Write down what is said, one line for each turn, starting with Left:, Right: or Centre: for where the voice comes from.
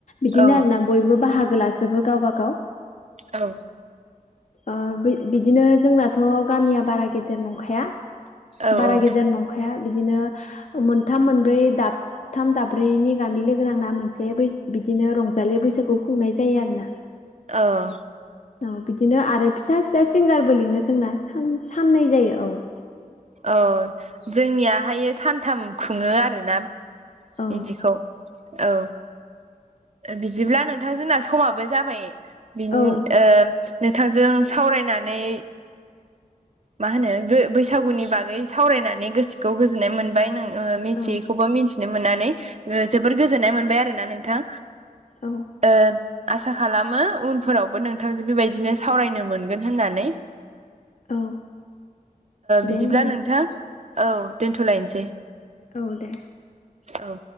Left: बिदिनो
Right: औ
Left: आरो ना बयबो बाहागो लाजोबो गावबा गाव।
Right: औ।
Left: औ बिदिनो जोंनाथ' गामिया बारा गेदेर नंखाया।
Right: औ
Left: बारा
Right: औ
Left: गेदेर नंखाया बिदिनो मोनथाम मोनब्रै दाब थाम दाब्रैनि गामि लोगोोनांना मोनसे बै बिदिनो रंजालि बैसागुखौ खुंनाय जायो आरोना। <inaudible>
Right: औ
Left: औ बिदिनो आरो फिसा फिसा सिंगारबो लिङो जोंना साननै जायो औ। <inaudible>
Right: औ जोंनियाहाय सानथाम खुङो आरोना।
Left: औ
Right: बिदिखौ औ। बिदिब्ला नोंथां जोंना समाबो जाबाय। बि नोंथांजों
Left: औ
Right: सावरायनानै मा होनो बैसागुनि बागै सावरायनानै गोसोखौ गोजोननाय मोनबाय। नों मिथियैखौबो
Left: औ
Right: मिथिनो मोननानै जोबोर गोजोननाय मोनबाय आरो ना नोंथां।
Left: औ
Right: ओ आसा खालामो उनफोरावबो नोंथांजों बेबायदिनो सावरायनो मोनगोन होननानै।
Left: औ दे
Right: बिदिब्ला
Left: होमबा
Right: नोंथां औ दोन्थ'लायनोसै।
Left: औ दे।
Right: औ।